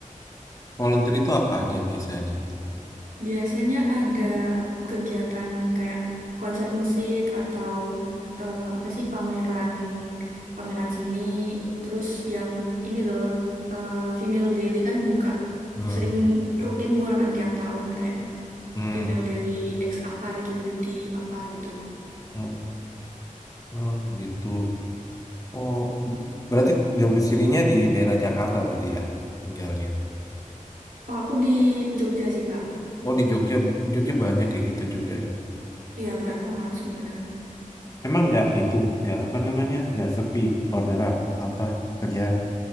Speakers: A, on the left; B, on the right.
A: Volunteer itu apa aja biasanya?
B: Biasanya ada kegiatan kayak konser musik atau eh, apa sih pameran pameran seni, terus yang ini loh eh, Female Daily kan buka
A: Hmm,
B: sering rutin buka kan tiap tahun kayak
A: hmm,
B: female daily X apa gitu, beauty apa gitu.
A: hmm, oh, gitu. Oh, berarti domisilinya di daerah Jakarta berarti ya tinggalnya.
B: Oh, aku di Jogja sih, Kak.
A: Oh, di Jogja, Jogja banyak kayak gitu juga ya.
B: Iya, banyak banget sebenarnya.
A: Emang nggak itu, nggak apa namanya, nggak sepi orderan apa kerjaan